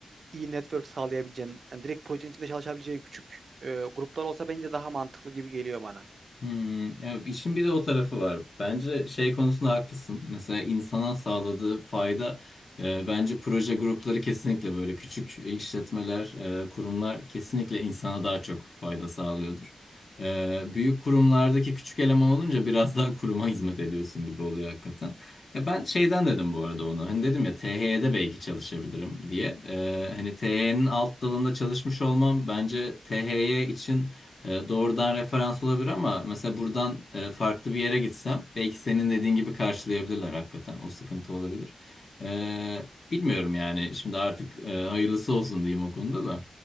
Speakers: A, on the right; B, on the left.
A: iyi network sağlayabileceğin, yani direkt projenin içinde çalışabileceğin küçük e, gruplar olsa bence daha mantıklı gibi geliyor bana.
B: Hmm, ya işin bir de o tarafı var. Bence şey konusunda haklısın. Mesela insana sağladığı fayda e, bence proje grupları kesinlikle böyle küçük işletmeler, e, kurumlar kesinlikle insana daha çok fayda sağlıyordur. E, büyük kurumlardaki küçük eleman olunca biraz daha kuruma hizmet ediyorsun gibi oluyor hakikaten. Ya ben şeyden dedim bu arada onu. Hani dedim ya THY'de belki çalışabilirim diye. E, hani THY'nin alt dalında çalışmış olmam bence THY için e, doğrudan referans olabilir ama mesela buradan e, farklı bir yere gitsem belki senin dediğin gibi karşılayabilirler hakikaten. O sıkıntı olabilir. E, bilmiyorum yani şimdi artık e, hayırlısı olsun diyeyim o konuda da.